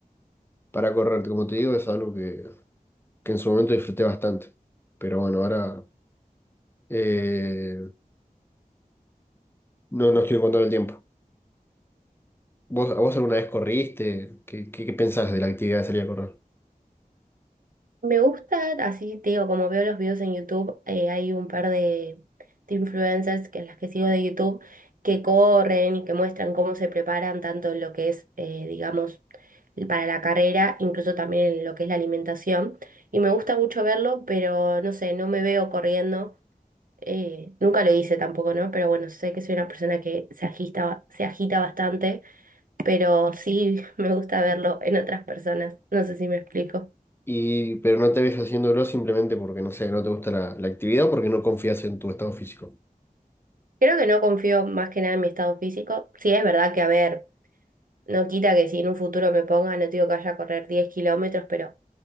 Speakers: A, on the left; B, on the right.
A: para correr. Como te digo, es algo que, que en su momento disfruté bastante. Pero bueno, ahora eh, no, no estoy encontrando el tiempo. ¿Vos, a vos alguna vez corriste? ¿Qué, qué, qué pensás de la actividad de salir a correr?
B: Me gusta, así te digo, como veo los videos en YouTube, eh, hay un par de, de influencers que las que sigo de YouTube que corren y que muestran cómo se preparan tanto en lo que es, eh, digamos, para la carrera, incluso también en lo que es la alimentación. Y me gusta mucho verlo, pero no sé, no me veo corriendo. eh, nunca lo hice tampoco, ¿no? Pero bueno, sé que soy una persona que se agita, ba- se agita bastante, pero sí <laughs> me gusta verlo en otras personas. No sé si me explico.
A: Y, pero no te ves haciéndolo simplemente porque, no sé, no te gusta la, la actividad o porque no confías en tu estado físico.
B: Creo que no confío más que nada en mi estado físico. Sí, es verdad que, a ver, no quita que si en un futuro me ponga, no te digo que vaya a correr 10 kilómetros, pero